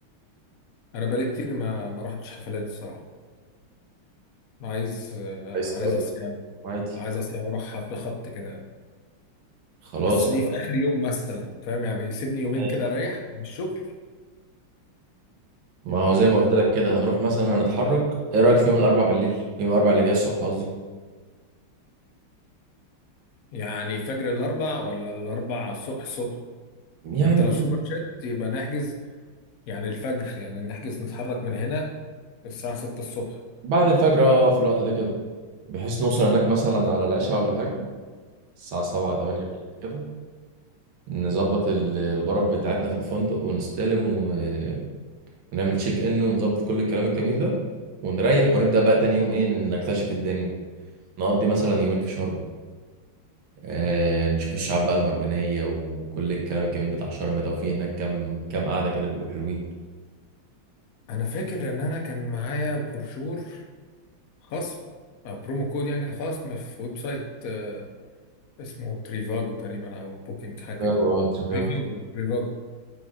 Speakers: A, on the left; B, on the right.
A: انا بقالي كتير ما ما رحتش حفلات الصراحة عايز آه،
B: عايز تقعد
A: عايز اصيع
B: عادي
A: عايز اصيع واروح حفل خبط كده
B: خلاص
A: بس دي
B: يلا.
A: في اخر يوم مثلا فاهم يعني يسيبني يومين
B: ماشي.
A: كده اريح من الشغل
B: ما هو
A: ومن
B: زي ما قلت لك كده هنروح مثلا هنتحرك ايه رايك في يوم الاربع بالليل يوم الاربع اللي جاي الصبح قصدي
A: يعني فجر الاربع ولا الاربع الصبح الصبح
B: يعني
A: ما انت لو سوبر جيت يبقى نحجز يعني الفجر يعني نحجز نتحرك من هنا الساعة 6 الصبح
B: بعد الفجر اه في الوقت ده كده بحيث نوصل هناك مثلا على العشاء ولا حاجة الساعة سبعة تمانية بالليل كده نظبط ال- الغرف بتاعتنا في الفندق ونستلم و- ونعمل تشيك ان ونظبط كل الكلام الجميل ده ونريح ونبدأ بقى تاني يوم ايه نكتشف الدنيا نقضي مثلا يومين في شرم آه نشوف الشعاب بقى المرجانية وكل الكلام الجميل بتاع شرم ده وفي هناك كام كام قعدة كده بيبقوا حلوين
A: انا فاكر ان انا كان معايا بروشور خصم او برومو كود يعني خصم في ويب سايت آه، اسمه تريفاجو تقريبا او بوكينج
B: تريفاجو
A: حاجه كده
B: اه تريفاجو
A: تريفاجو تريفاجو